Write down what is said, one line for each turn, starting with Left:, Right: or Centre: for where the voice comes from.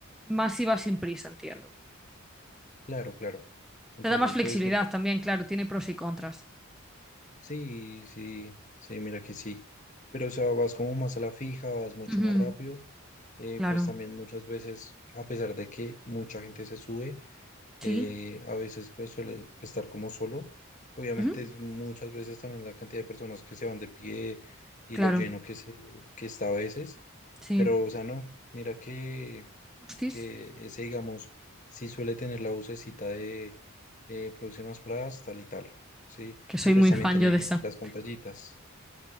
Centre: más iba sin prisa, entiendo.
Left: claro, claro. Entonces,
Centre: Te da más flexibilidad
Left: pues mira,
Centre: también, claro, tiene pros y contras.
Left: sí, sí, sí, mira que sí. Pero, o sea, vas como más a la fija, vas mucho
Centre: Ujú,
Left: más rápido. eh,
Centre: Claro.
Left: pues también muchas veces, a pesar de que mucha gente se sube, eh,
Centre: Sí.
Left: a veces pues suele estar como solo. Obviamente
Centre: Ujú,
Left: es muchas veces también la cantidad de personas que se van de pie y
Centre: Claro.
Left: lo lleno que se, que está a veces,
Centre: Sí.
Left: pero o sea, no, mira que,
Centre: Hostis.
Left: que ese digamos sí suele tener la vocecita de eh, próximas paradas tal y tal, ¿sí?
Centre: que soy
Left: Y pues
Centre: muy
Left: también
Centre: fan
Left: tener
Centre: yo de esa.
Left: las pantallitas.